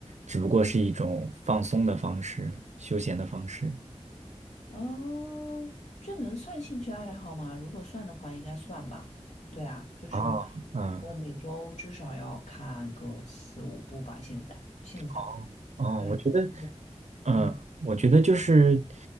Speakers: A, on the right; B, on the left.
A: 只不过是一种放松的方式、休闲的方式？
B: 哦，这能算兴趣爱好吗？如果算的话，应该算吧。对啊，就是
A: 啊，嗯，
B: 我每周至少要看个四五部吧。现在，现在，
A: 好，哦，
B: 对，
A: 我觉得。
B: 我
A: 嗯，
B: 嗯。
A: 我觉得就是